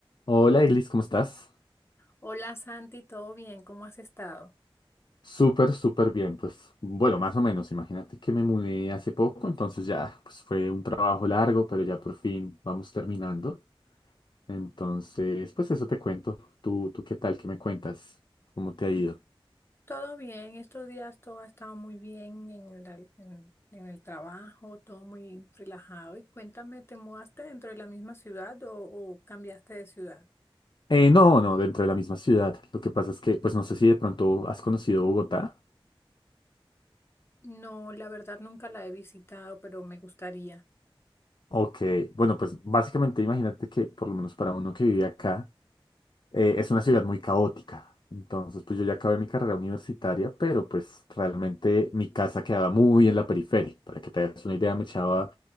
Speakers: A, on the left (about 55°); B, on the left (about 25°).
A: Hola, Eglis, ¿cómo estás?
B: Hola Santi, ¿todo bien? ¿Cómo has estado?
A: Súper, súper bien, pues bueno, más o menos, imagínate que me mudé hace poco, entonces ya, pues fue un trabajo largo, pero ya por fin vamos terminando. Entonces, pues eso te cuento. ¿Tú, tú qué tal? ¿Qué me cuentas? ¿Cómo te ha ido?
B: Todo bien, estos días todo ha estado muy bien en el, en, en el trabajo, todo muy relajado. Y cuéntame, ¿te mudaste dentro de la misma ciudad o, o cambiaste de ciudad?
A: Eh, no, no, dentro de la misma ciudad. Lo que pasa es que, pues no sé si de pronto has conocido Bogotá.
B: No, la verdad nunca la he visitado, pero me gustaría.
A: Ok, bueno, pues básicamente imagínate que por lo menos para uno que vive acá, eh, es una ciudad muy caótica. Entonces, pues yo ya acabé mi carrera universitaria, pero pues realmente mi casa quedaba muy en la periferia. Para que te hagas una idea, me echaba